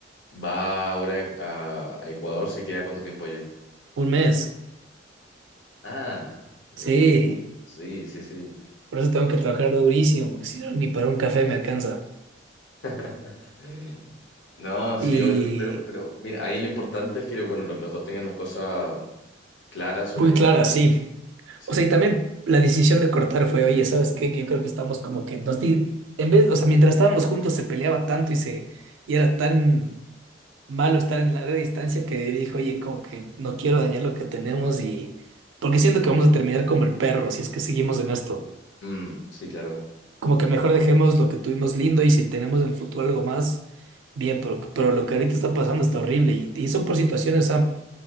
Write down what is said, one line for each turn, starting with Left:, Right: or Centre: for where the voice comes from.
Left: va ahora a, a Ecuador? ¿Se queda cuánto tiempo allá?
Right: un mes.
Left: Ah, bueno,
Right: Sí,
Left: sí, sí, sí.
Right: por eso tengo que trabajar durísimo, porque si no, ni para un café me alcanza.
Left: <laughs> No, sí,
Right: Y
Left: obvio, pero, pero mira, ahí lo importante es que, bueno, lo- los dos tengan las cosas clara sobre
Right: muy
Left: lo
Right: clara,
Left: que...
Right: sí.
Left: Sí,
Right: O sea, y también la decisión de cortar fue, oye, ¿sabes qué? Que Yo creo que estamos como que nos di- en vez, o sea, mientras estábamos juntos se peleaba tanto y se y era tan malo estar en larga distancia que dijo, oye, como que no quiero dañar lo que tenemos y porque siento que vamos a terminar como el perro si es que seguimos en esto.
Left: Mm, sí, claro.
Right: Como que mejor dejemos lo que tuvimos lindo y si tenemos en el futuro algo más, bien, pero, pero lo que ahorita está pasando está horrible y, y son por situaciones, o sea,